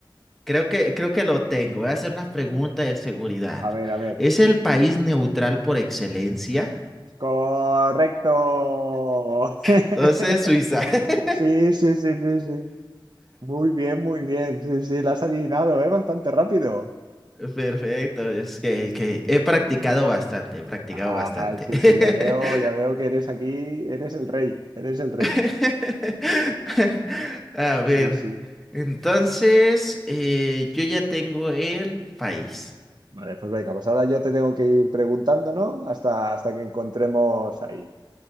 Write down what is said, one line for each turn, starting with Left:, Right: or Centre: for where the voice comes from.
Centre: creo que, creo que lo tengo. Voy a hacer una pregunta de seguridad.
Right: A ver, a ver.
Centre: ¿Es el país neutral por excelencia?
Right: Correcto. <laughs>
Centre: <laughs> Entonces, Suiza. <laughs>
Right: Sí, sí, sí, sí, sí. Muy bien, muy bien. Sí, sí, la has adivinado, ¿eh? Bastante rápido.
Centre: Perfecto, es que,
Right: Sí,
Centre: que he practicado bastante, he practicado
Right: Ah,
Centre: bastante.
Right: sí,
Centre: <laughs>
Right: sí, ya veo, ya veo que eres aquí, eres el rey, eres el rey.
Centre: <laughs> A
Right: Sí,
Centre: ver,
Right: sí.
Centre: entonces eh, yo ya tengo el país.
Right: Vale, pues venga, pues ahora yo te tengo que ir preguntando, ¿no? Hasta, hasta que encontremos ahí.